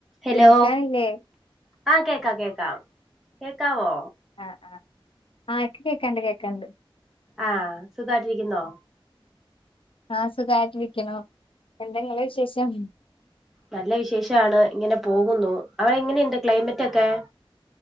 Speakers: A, in the centre; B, on the left (about 70°).
A: Hello
B: കേൾക്കാനില്ലേ?
A: ആഹ് കേക്കാം കേക്കാം കേക്കാവോ
B: ആഹ് ആഹ് ആഹ് കേക്കണണ്ട് കേക്കണണ്ട്
A: ആഹ് സുഖായിട്ടിരിക്കുന്നോ?
B: ആഹ് സുഖായിട്ട് ഇരിക്കണു. എന്താ ങ്ങടെ വിശേഷം?
A: നല്ല വിശേഷാണ്. ഇങ്ങനെ പോകുന്നു അവടെ എങ്ങനെയുണ്ട് ക്ലൈമറ്റ് ഒക്കെ?